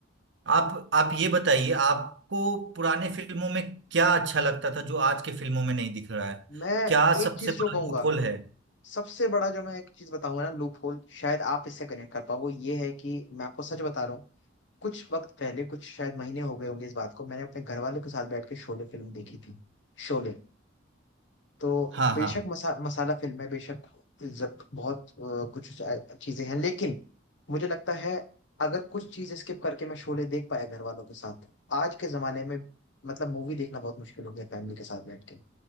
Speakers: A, on the right; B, on the left.
A: आप आप ये बताइए आपको पुराने फिल्मों में क्या अच्छा लगता था जो आज के फिल्मों में नहीं दिख रहा है
B: मैं
A: क्या
B: एक
A: सबसे
B: चीज
A: बड़ा
B: जो कहूंगा
A: लूपहोल है
B: सबसे बड़ा जो मैं एक चीज बताऊंगा ना लूप होल शायद आप इससे कनेक्ट कर पाओ वो ये है कि मैं आपको सच बता रहा हूँ कुछ वक्त पहले कुछ शायद महीने हो गए होंगे इस बात को मैंने अपने घर वालों के साथ बैठ के शोले फिल्म देखी थी शोले तो
A: हाँ
B: बेशक
A: हाँ
B: मसा, मसाला फिल्म है बेशक जब बहुत अ, कुछ चीजें हैं लेकिन मुझे लगता है अगर कुछ चीज स्किप करके मैं शोले देख पाया घर वालों के साथ आज के जमाने में मतलब मूवी देखना बहुत मुश्किल हो गया फैमिली के साथ बैठ के